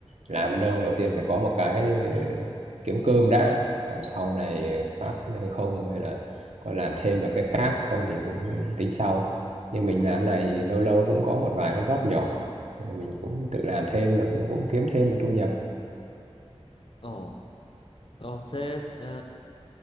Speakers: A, on the right; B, on the left.
A: làm ở đâu đầu tiên phải có một cái ờ, kiếm cơm đã còn sau này phát hay không hay là có làm thêm được cái khác không thì cũng tính sau như mình làm này thì lâu lâu cũng có một vài cái job nhỏ Rồi mình cũng tự làm thêm được cũng, cũng kiếm thêm được thu nhập
B: ồ ồ thế ờ,